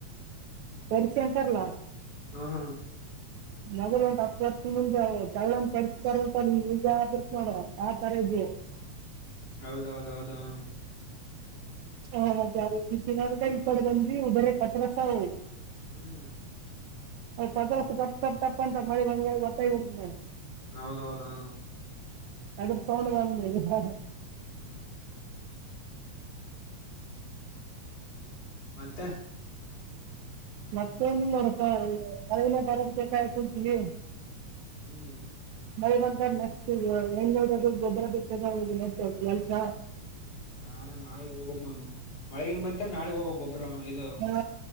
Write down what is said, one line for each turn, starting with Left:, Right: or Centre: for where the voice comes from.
Right: ಸರ್ಸ ಅಂತಾರಲ್ಲ.
Left: ಹ್ಮ ಹ್ಮ.
Right: ಮಗದ ಒಂದ್ ಹತ್ ವರ್ಷ ಹಿಂದಿಂದ ಚಳ್ಳನ್ ತರಿಸ್ತಾರಂತ ನಿಮ್ ನಿಜ ಆಬಿಡ್ತ್ ನೋಡ ಆವಾಗ ತರದು.
Left: ಹೌದೌದೌದ ಹ್ಮ.
Right: ಹಾ ಮದ್ಯಾನಕ್ <unintelligible> ಈ ಕಡಿ ಬಂದ್ವಿ ಬರೆ ಪತ್ರಸ ಅವು.
Left: ಹ್ಮ್.
Right: ಆ ಪತ್ರಾಸ ಟಪ್ ಟಪ್ ಟಪ್ ಅಂತ ಮಳಿ ಗಾಳಿಗಿ ಅಟ್ಟ ಹಿಡದನು.
Left: ಹೌದೌದ ಹ್ಮ್.
Right: ಅದ್ರ ಸೌಂಡ ಬಂದ್ಮೇಲ್ ಇಪ್ಪತ್ತ.
Left: ಹ್ಮ್. ಮತ್ತ.
Right: ಮತ್ತೇನಿಲ್ ನೋಡಪ್ಪ ಈಗ ಮಳಿನ ಬರದ ಬೇಕಾಗ ಕುಂತಿನಿ.
Left: ಹ್ಮ್.
Right: ಮಳಿ ಬಂತಂದ ನೆಕ್ಸಟಿಗೆ ಏನ್ ನೋಡದು ಗೊಬ್ಬರ ಬಿತ್ತದು ಅವಾಗಿರತ್ತೆ ಕೆಲ್ಸ.
Left: ನಾನು ನಾಳೆಗ್ ಹೋಗ್ಬೇಕ್ ಮ್ಯಾಮ್ ಮಳೆಗಿನ ಬಂತ ನಾಳಗ್ ಹೋಗ್ಬೇಕ್ ಗೊ ತ್ರ ಇದು.
Right: <unintelligible> ಇಲ್ಲ